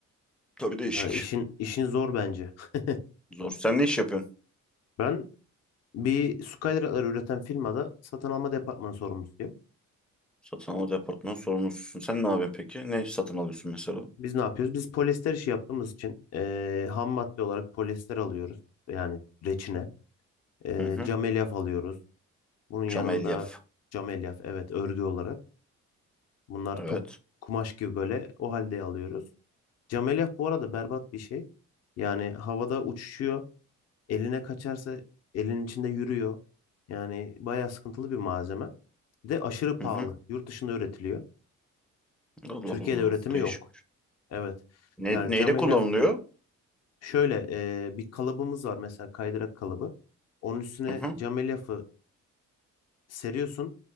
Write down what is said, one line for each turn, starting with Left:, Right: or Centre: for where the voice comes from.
Centre: Tabii değişik.
Left: Ha, işin işin zor bence. <laughs>
Centre: Zor. Sen ne iş yapıyorsun?
Left: Ben bir Skylight'ları üreten firmada satın alma departmanı sorumlusuyum.
Centre: Satın alma departmanı sorumlususun. Sen ne yapıyorsun peki? Ne satın alıyorsun mesela?
Left: Biz ne yapıyoruz? Biz polyester işi yaptığımız için eee ham madde olarak polyester alıyoruz. Yani reçine. Eee
Centre: Hı hı.
Left: cam elyaf alıyoruz. Bunun yanında
Centre: Cam elyaf.
Left: cam elyaf evet örgü olarak. Bunlar top
Centre: Evet.
Left: kumaş gibi böyle o halde alıyoruz. Cam elyaf bu arada berbat bir şey. Yani havada uçuşuyor. Eline kaçarsa elin içinde yürüyor. Yani bayağı sıkıntılı bir malzeme. Bir de aşırı pahalı.
Centre: Hı hı.
Left: Yurt dışında üretiliyor.
Centre: Allah
Left: Türkiye'de
Centre: Allah.
Left: üretimi
Centre: Değişik.
Left: yok. Evet.
Centre: Ne,
Left: Yani
Centre: neyle
Left: cam elyaf
Centre: kullanılıyor?
Left: şöyle e, bir kalıbımız var mesela kaydırak kalıbı. Onun üstüne
Centre: Hı hı.
Left: cam elyafı seriyorsun.